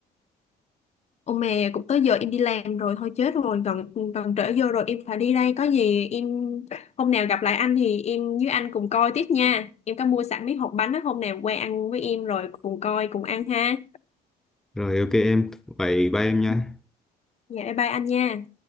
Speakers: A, on the left; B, in the centre.
A: Ô mẹ cũng tới giờ em đi làm rồi thôi chết rồi gần gần trễ giờ rồi em phải đi đây có gì em hôm nào gặp lại anh thì em với anh cùng coi tiếp nha em có mua sẵn mấy hộp bánh á hôm nào qua ăn với em rồi cùng coi cùng ăn ha
B: rồi ok em vậy bye em nha
A: Ừ, dạ bye bye anh nha